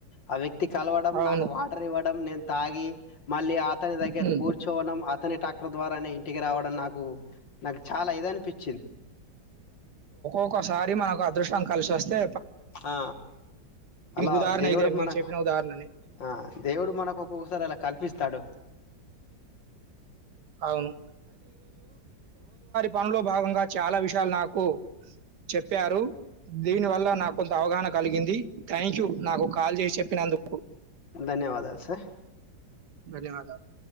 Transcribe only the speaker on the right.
అవును.
హ్మ్.
ఒక సారి మనకు అదృష్టం కలిశివస్తే
ఉదాహరణ
ఇదే మీరు
చెప్పిన ఉదాహరణనే.
అవును. పనులో భాగంగా చాలా విషయాలు నాకు చెప్పారు, దీని వల్ల నాకు కొంత అవగాహన కలిగింది థ్యాంక్ యూ నాకు కాల్ చేసి చెప్పినందుకు.
ధన్యవాదాలు